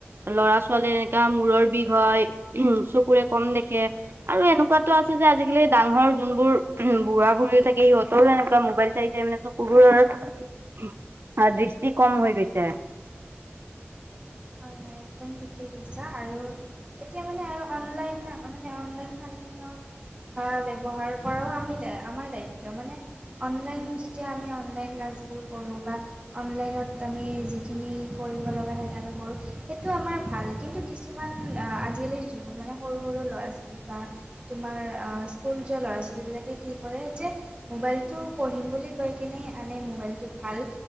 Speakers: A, on the right; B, on the right.
A: ল'ৰা ছ ছোৱালী এনেকা মূৰৰ বিষ হয়, উম, চকুৰে কম দেখে। আৰু এনেকুৱাতো আছে যে, আজিকালি ডাঙৰ যোনবোৰ বুঢ়া-বুঢ়ীও থাকে সিহঁতৰো এনেকুৱা মোবাইল চাই চাই চ <unintelligible> দৃষ্টি কম হৈ গৈছে।
B: হয়, হয় একদম ঠিকেই কৈছা আৰু এতিয়া মানে আৰু অনলাইন মানে অনলাইন শালী ন <unintelligible> ব্যৱহাৰ কৰাও আমি দ আমাৰ দায়িত্ব মানে অনলাইন যেতিয়া আমি অনলাইন ক্লাছবোৰ কৰোঁ বা অনলাইনত আমি যিখিনি কৰিব লগা থাকে আমি <unintelligible> সেইটো আমাৰ ভাল। কিন্তু কিছুমান আজিকালিৰ যুৱক মানে সৰু সৰু ল'ৰা ছোৱালী বা তোমাৰ আ, স্কুল যোৱা ল'ৰা-ছোৱালী বিলাকে কি কৰে যে, মোবাইলটো পঢ়িম বুলি কৈ কেনে আনে, মোবাইলটোত ভাল